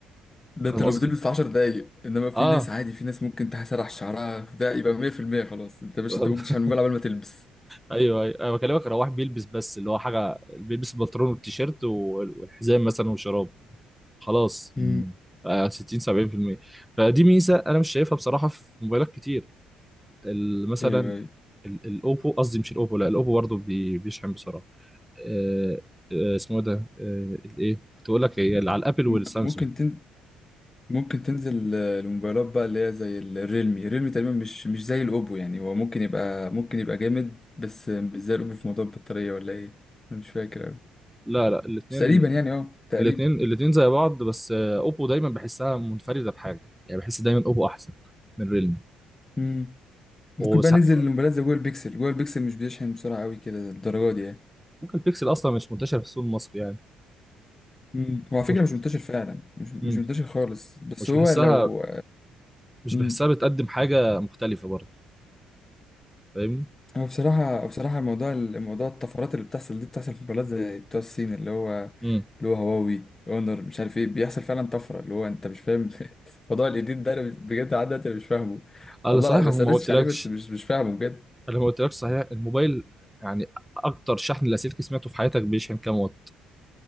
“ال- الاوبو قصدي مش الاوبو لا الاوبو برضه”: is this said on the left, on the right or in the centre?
Centre